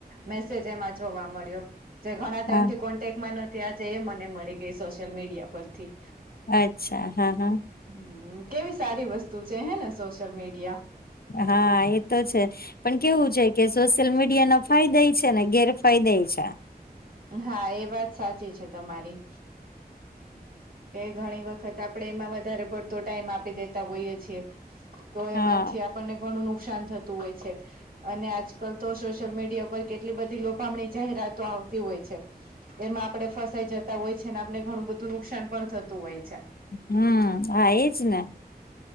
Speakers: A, on the right; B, on the left.
A: મેસેજ એમાં જોવા મળ્યો જે ઘણા ટાઈમથી
B: હા
A: કોન્ટેકમાં ન થી આજે એ મને મળી ગઈ સોશિયલ મીડિયા પરથી
B: અચ્છા હા હા.
A: હમ્મ કેવી સારી વસ્તુ છે હે ને સોશિયલ મીડિયા
B: હા એતો છે. પણ કેવું છે કે સોશિયલ મીડિયા ના ફાયદા એ છે ને ગેરફાયદા એ છે.
A: હા એ વાત સાચી છે તમારી એ ઘણી વખત આપડે એમાં વધારે પડતો ટાઈમ આપી દેતા હોઈએ છીએ. તો
B: હા
A: એમાંથી આપણને ઘણું નુકસાન થતું હોય છે. અને આજકાલ તો સોશિયલ મીડિયા પર કેટલી બધી લોફામની જાહેરાતો આવ તી હોય છે એમાં આપણે ફસાઈ જતા હોય છે ને આપને ઘણું બધું નુકસાન પણ થતું હોય છે.
B: હમ્મ હા એજ ને.